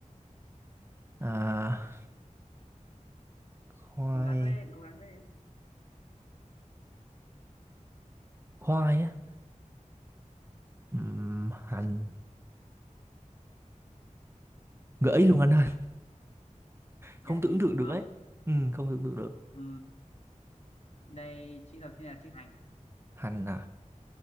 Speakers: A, on the right; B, on the left.
A: à khoai
B: cố gắng lên cố gắng lên
A: khoai á Ừm, hành gợi ý luôn anh ơi
B: gợi
A: không tưởng
B: ý
A: tượng
B: đúng
A: được
B: không
A: ấy ừ, không tưởng tượng được
B: ừ, đây chữ đầu tiên là chữ hành
A: hành à